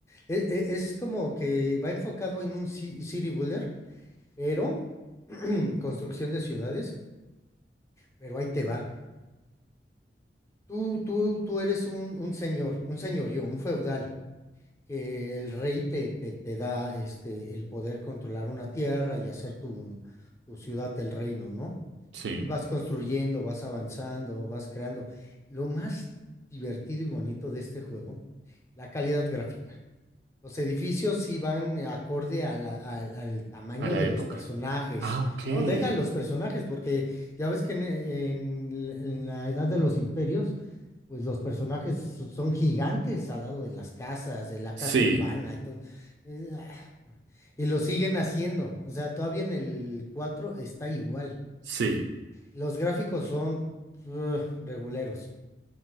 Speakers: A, on the left (about 15°); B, on the right (about 75°).
A: E- e- Es, como que va enfocado en un ci- city builder, pero <clears throat> construcción de ciudades, pero ahí te va. Tú, tú, tú eres un, un señor, un señorío, un feudal, que el rey te, te, te da este, el poder controlar una tierra y hacer tu, tu ciudad del reino, ¿no?
B: Sí,
A: Y vas construyendo, vas avanzando, vas creando. Lo más divertido y bonito de este juego, la calidad gráfica. Los edificios sí van acorde a la- al al tamaño
B: a la
A: de
B: época.
A: los personajes.
B: Ah, ok.
A: No, dejan los personajes, porque ya ves que en, en en la edad de los imperios, pues los personajes so- son gigantes al lado de las casas, de la casa
B: Sí,
A: urbana, entonces, eh, ah, y lo siguen haciendo, o sea, todavía en el cuatro está igual.
B: sí.
A: Los gráficos son uh, reguleros.